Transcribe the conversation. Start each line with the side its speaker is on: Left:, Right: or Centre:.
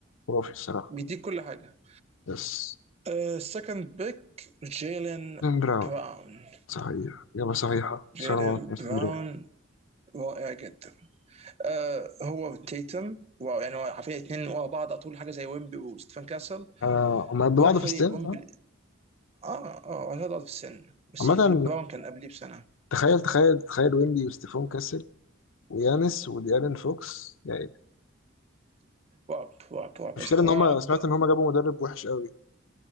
Left: خرافي الصراحة
Right: بيديك كل حاجه
Left: يس
Right: السكند باك جيلين
Left: جيم براون
Right: براون
Left: صحيح إجابة صحيحة
Right: جيلين
Left: صار معاك 50
Right: براون
Left: ريال
Right: رائع جدا آه هو تيتم واو يعني هو عارفين اثنين ورا بعض على طول حاجه زي ويمبي وستيفن كاسل
Left: آه، هما قد بعض
Right: هوبفولي
Left: في السن
Right: ويمبي
Left: صح؟
Right: اه اه هذا في السن بس
Left: عامة
Right: براون كان قبليه بسنه
Left: تخيل تخيل تخيل ويمبي وستيفون كاسل ويانس وديارين فوكس يعني
Right: رعب رعب رعب
Left: المشكلة
Right: يا اسطى
Left: إن
Right: رعب
Left: هما سمعت إن هما جابوا مدرب وحش قوي